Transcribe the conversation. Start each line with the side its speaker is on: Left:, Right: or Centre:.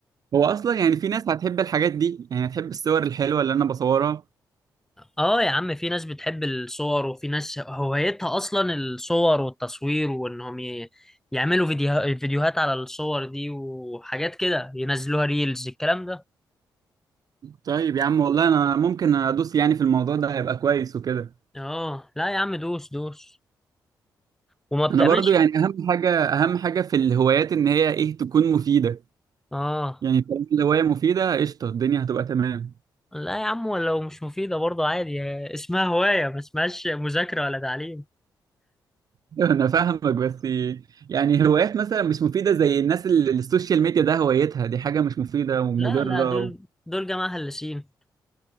Right: هو اصلا يعني في ناس هتحب الحاجات دي يعني هتحب الصور الحلوه اللي انا بصورها
Centre: اه يا عم في ناس بتحب الصور وفي ناس هوايتها اصلا الصور والتصوير وانهم ي- يعملوا فيديو... فيديوهات على الصور دي وحاجات كده ينزلوها ريلز الكلام ده
Right: طيب يا عم والله انا ممكن ادوس يعني في الموضوع ده هيبقى كويس وكده
Centre: اه لا يا عم دوس دوس وما بتعملش
Right: انا برضو يعني اهم حاجه اهم حاجه في الهوايات ان هي ايه تكون مفيده
Centre: اه
Right: يعني طالما الهوايه مفيده قشطه الدنيا هتبقى تمام
Centre: لا يا عم ولو مش مفيدة برضه عادي اسمها هواية ما اسمهاش مذاكرة ولا تعليم
Right: <laughs> انا فاهمك بس يعني هوايات مثلا مش مفيده زي الناس اللي السوشيال ميديا ده هوايتها دي حاجه مش مفيده ومضره
Centre: لا لا دول
Right: و...
Centre: دول جماعة هلسين